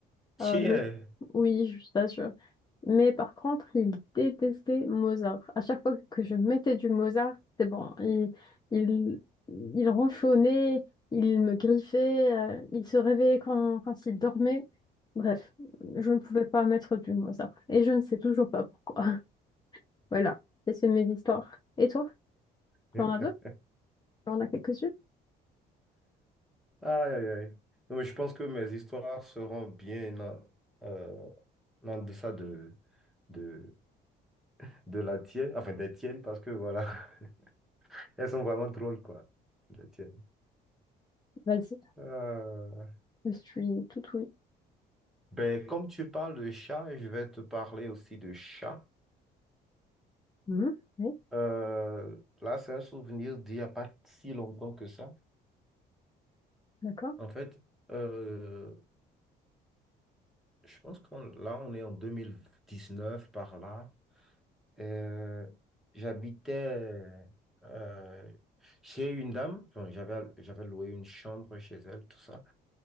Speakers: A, in the centre; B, on the left (about 25°).
A: Tiens.
B: Euh, je- Oui, je t'assure. Mais par contre, il détestait Mozart. À chaque fois que je mettais du Mozart, c'est bon. Il, il, il ronchonnait, il me griffait, euh, il se réveillait quand, quand il dormait. Bref, je ne pouvais pas mettre du Mozart. Et je ne sais toujours pas pourquoi. <laughs> Voilà, Et c'est mes histoires. Et toi,
A: <laughs>
B: tu en as d'autres? On a quelques-unes?
A: Aïe, aïe, aïe. Non, mais je pense que mes histoires seront bien en, euh, en deçà de, de, de la tienne, enfin des tiennes, parce que voilà, <laughs> elles sont vraiment drôles, quoi, les tiennes.
B: Vas-y,
A: Euh,
B: je suis tout oui.
A: Ben, comme tu parles de chat, je vais te parler aussi de chat.
B: Mhm. Oui,
A: Euh, là, c'est un souvenir d'il n'y a pas si longtemps que ça.
B: d'accord,
A: En fait, euh, je pense qu'on là, on est en deux mille dix-neuf par là. Euh, j'habitais euh, chez une dame. Bon, j'avais, j'avais loué une chambre chez elle, tout ça.